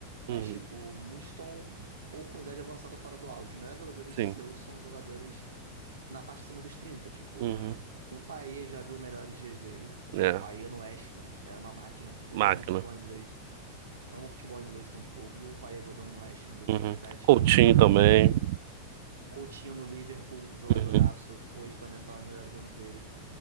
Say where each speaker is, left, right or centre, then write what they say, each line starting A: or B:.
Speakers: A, on the right; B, on the right.
A: Mas,
B: Uhum.
A: tipo, muitos estão ou com idade avançada ou fora do auge. Os melhores jogadores
B: Sim.
A: seus são jogadores na faixa acima dos 30. Tipo,
B: Uhum.
A: o Paê já viu melhores dias dele.
B: É.
A: Pô, o Paê no West Ham era uma máquina. Eu
B: Máquina.
A: amo futebol inglês. Amo futebol inglês, então, tipo, eu vi o Payet jogando no West Ham em 2017.
B: Uhum. Coutinho
A: Cara,
B: também.
A: um monstro. Coutinho no Liverpool, jogadoraço.
B: Uhum.
A: Hoje também não tá nos melhores anos dele.